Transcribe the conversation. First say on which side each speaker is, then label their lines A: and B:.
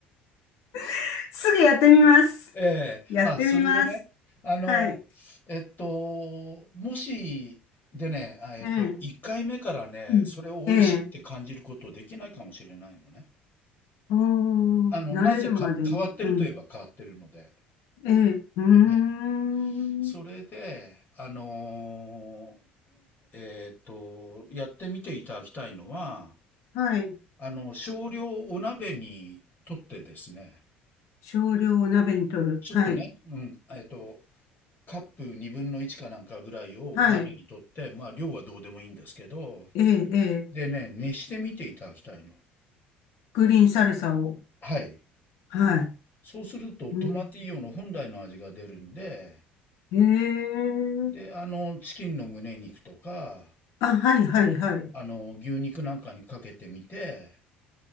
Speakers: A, on the left (about 60°); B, on the left (about 35°).
A: <laughs> すぐやってみます。
B: ええ、
A: やってみます。
B: あ、それでね、あの、
A: はい。
B: えっと、もし、でね、あえっと、
A: ええ。
B: 1回目からね、
A: うんええ。
B: それを美味しいって感じることできないかもしれないのね。
A: ああ、
B: あの、
A: 慣れるまでに。
B: なんせか変わってるといえば変わってるので。
A: うん。ええ、うーん。
B: はい。それで、あのーえっと、やってみていただきたいのは、
A: はい。
B: あの、少量お鍋にとってですね、
A: 少量を鍋に取る。
B: ちょっとね、
A: はい。
B: うん、えっと、カップ2分の1かなんかぐらいをお鍋にとって、
A: はい。
B: まあ量はどうでもいいんですけど、
A: ええ、ええ。
B: でね、熱してみていただきたいの。
A: グリーンサルサを。
B: はい。
A: はい。
B: そうするとトマティーヨの本来の味が出るんで、
A: うん。ええ。
B: で、あの、チキンの胸肉とか、
A: あ、はい、はい、はい。
B: あの、牛肉なんかにかけてみて、